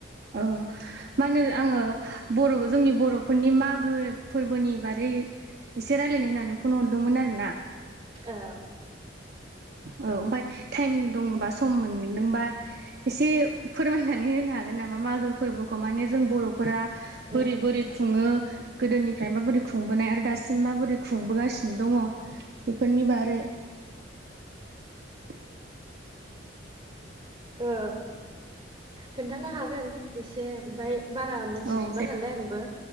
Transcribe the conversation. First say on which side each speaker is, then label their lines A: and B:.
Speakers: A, on the right; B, on the right.
A: औ मा होनो आङो बर' जोंनि बर'फोरनि मागो फोरबोनि बारै एसे रायलायनो होननानै फन हरदोंमोन आरो ना
B: ओ
A: औ ओमफ्राय टाइम दङबा सम मोनदोंबा एसे फोरमायनानै होनो हागोन नामा मागो फोरबोखौ माने जों बर'फोरा
B: ओ
A: बोरै बोरै खुङो गोदोनिफ्राय माबोरै खुंबोनाय आरो दासिम माबोरै खुंबोगासिनो दङ बेफोरनि बारै <inaudible>
B: ओ खिन्थानो हागोन एसे ओमफ्राय बारा मोनथिजोबा
A: औ दे
B: नालाय आंबो